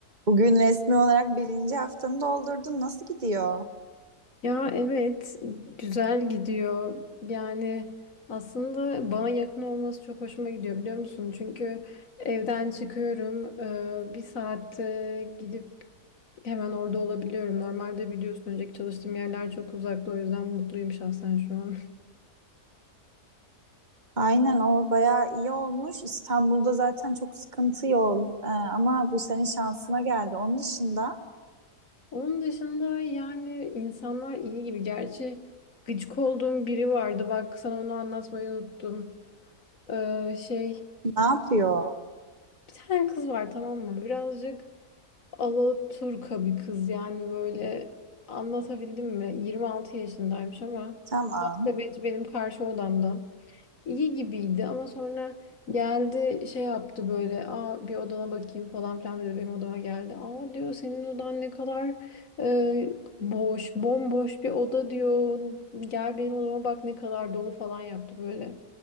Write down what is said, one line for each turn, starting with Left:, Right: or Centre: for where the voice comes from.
Right: Bugün resmi olarak birinci haftanı doldurdun. Nasıl gidiyor?
Left: Ya evet güzel gidiyor. Yani aslında bana yakın olması çok hoşuma gidiyor biliyor musun? Çünkü evden çıkıyorum. e, Bir saatte gidip hemen orada olabiliyorum. Normalde biliyorsun önceki çalıştığım yerler çok uzakta o yüzden mutluyum şahsen şu an.
Right: Aynen o bayağı iyi olmuş. İstanbul'da zaten çok sıkıntı yol. Ee, ama bu senin şansına geldi. Onun dışında
Left: <laughs> Onun dışında yani insanlar iyi gibi. Gerçi gıcık olduğum biri vardı. Bak sana onu anlatmayı unuttum. Ee, şey
Right: ne yapıyor?
Left: bir tane kız var tamam mı? Birazcık Alaturka bir kız yani böyle anlatabildim mi? 26 yaşındaymış ama
Right: Tamam.
Left: muhasebeci benim karşı odamda. İyi gibiydi ama sonra geldi şey yaptı böyle aa bir odana bakayım falan filan dedi benim odama geldi. Aa diyor senin odan ne kadar e, boş bomboş bir oda diyor gel benim odama bak ne kadar dolu falan yaptı böyle.